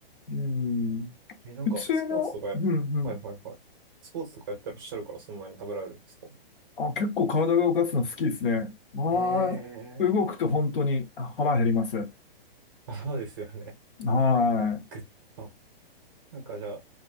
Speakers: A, on the left; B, on the right.
A: うん、
B: かに。え、なんか、
A: 普通の、
B: スポーツとかや、
A: うんうん、
B: はいはいはい。スポーツとかやってらっしゃるからそんなに食べられるんですか
A: あ、結構体が動かすの好きですね。まあ、
B: ええ
A: 動くと本当にあ腹減ります。
B: ー、そうですよね。
A: はい。
B: ぐっと。なんかじゃ